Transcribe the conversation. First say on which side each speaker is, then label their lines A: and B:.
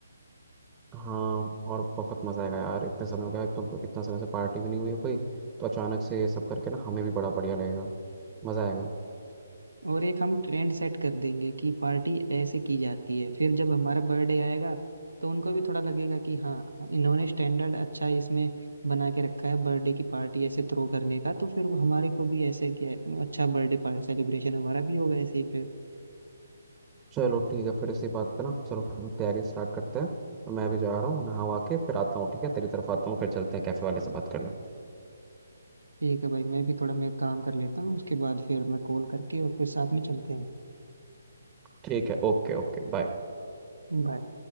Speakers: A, on the right (about 20°); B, on the right (about 80°).
A: हाँ और बहुत मजा आएगा यार इतने समय हो गया एक तो इतना समय से पार्टी भी नहीं हुई है कोई तो अचानक से ये सब करके ना हमें भी बड़ा बढ़िया लगेगा मजा आएगा
B: और एक हम ट्रेंड सेट कर देंगे कि पार्टी ऐसे की जाती है फिर जब हमारा बर्थडे आएगा तो उनको भी थोड़ा लगेगा कि हाँ इन्होंने स्टैंडर्ड अच्छा इसमें बना के रखा है बर्थडे की पार्टी ऐसे थ्रो करने का तो फिर वो हमारे को भी ऐसे क्या अच्छा बर्थडे पार्टी सेलिब्रेशन हमारा भी होगा ऐसे ही फिर
A: चलो ठीक है फिर इसी बात पे ना चलो तैयारी स्टार्ट करते हैं तो मैं भी जा रहा हूँ नहा वहा के फिर आता हूँ ठीक है तेरी तरफ आता हूँ फिर चलते हैं कैफे वाले से बात करना
B: ठीक है भाई मैं भी थोड़ा मेरा काम कर लेता हूँ उसके बाद फिर मैं कॉल करके और फिर साथ में चलते हैं
A: ठीक है ओके ओके बाय
B: बाय